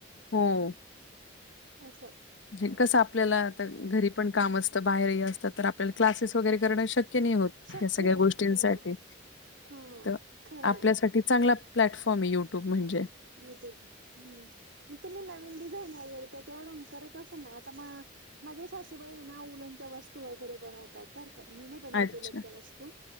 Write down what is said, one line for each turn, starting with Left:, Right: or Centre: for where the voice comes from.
Left: हो.
Right: अस.
Left: म्हजे कसं, आपल्याला आता घरी पण काम असतं, बाहेरही असतात तर आपल्याला क्लासेस वगैरे करण शक्य क नाही होत,
Right: शक्य
Left: या सगळ्या गोष्टींसाठी,
Right: होत नाही ना हा
Left: तर
Right: खरंय
Left: आपल्यासाठी चांगला प्लॅटफॉर्मे, यूट्यूब म्हणजे.
Right: युट्युब, हम्म, म तुम्ही न डिझाईन वगैरे त्याच्यावर करत असे ना, आता म माझे सासूबाई ना, उलच्या वस्तू वगैरे बनवतात बर का? मी नाही बनवत
Left: अच्छा
Right: उलांच्या वस्तू.